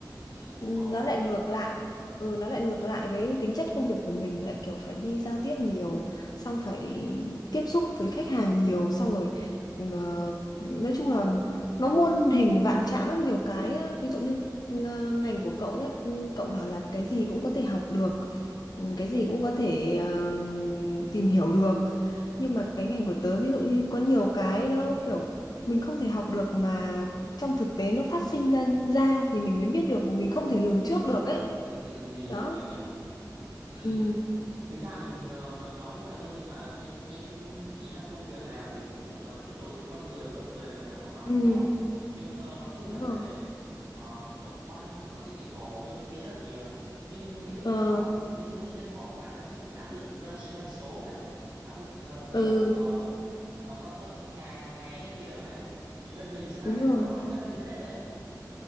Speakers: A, on the right (about 90°); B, on the left (about 65°).
A: ừ,
B: nó
A: gò bó
B: lại
A: lắm
B: ngược lại ừ nó lại ngược lại với tính chất công việc của mình lại kiểu phải đi giao tiếp nhiều xong phải tiếp xúc với khách hàng nhiều xong rồi ờ, nói chung là nó muôn hình vạn trạng lắm nhiều cái á. ví dụ như ờ, ngành của cậu nhé cậu bảo là cái gì cũng có thể học được ừ, cái gì cũng có thể ờ, tìm hiểu được nhưng mà cái ngành của tớ ví dụ như có nhiều cái nó kiểu mình không thể học được mà trong thực tế nó phát
A: ừ,
B: sinh ra ra thì mình mới biết được mình không thể lường trước được ấy
A: ừ, mình
B: đó
A: hiểu mình hiểu ừ.
B: ừ
A: thực ra mình ờ, mình nói như vậy thôi nhưng mà cái cái ý là công việc nào thì cũng phải cần kết nối giữa con người với con người ở các phòng ban
B: ừ
A: khác nhau ấy nhưng ờ, nói chung
B: đúng
A: là
B: rồi
A: về ờ, tổng quan thì nó sẽ bị gò bó hơn cái kia rất nhiều nhưng ví dụ
B: ờ
A: nhân thọ ví dụ như nhân thọ của bạn nó sẽ bị áp lực doanh doanh số này áp lực ờ, kiểu
B: ừ
A: ờ, ờ, quan tâm khách hàng hàng ngày các kiểu này thì bên mình sẽ lại
B: đúng rồi
A: thoải mái hơn những vấn đề đấy